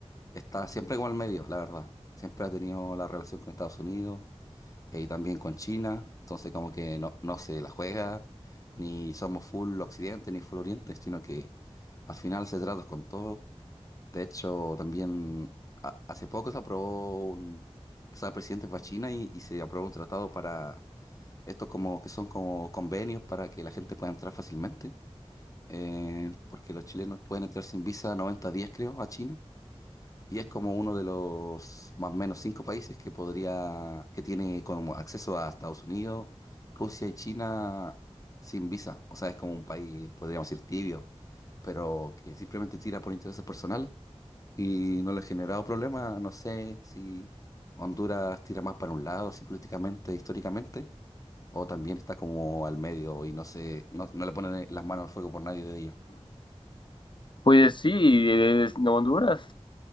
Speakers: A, on the left (about 30°); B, on the left (about 45°).
A: está siempre como al medio, la verdad. Siempre ha tenido la relación con Estados Unidos eh, y también con China, entonces como que no, no se la juega, ni somos full occidente ni full oriente, sino que al final se trata con todo. De hecho, también a- hace poco se aprobó un, o sea, el presidente fue a China y, y se aprobó un tratado para estos como que son como convenios para que la gente pueda entrar fácilmente, eh, porque los chilenos pueden entrar sin visa 90 días, creo, a China. Y es como uno de los más o menos cinco países que podría, que tiene como acceso a Estados Unidos, Rusia y China sin visa. O sea, es como un país, podríamos decir, tibio, pero que simplemente tira por intereses personales y no le ha generado problema. No sé si Honduras tira más para un lado, así políticamente, históricamente, o también está como al medio y no se, no, no le ponen las manos al fuego por nadie de ellos.
B: Pues sí, e-, es- Honduras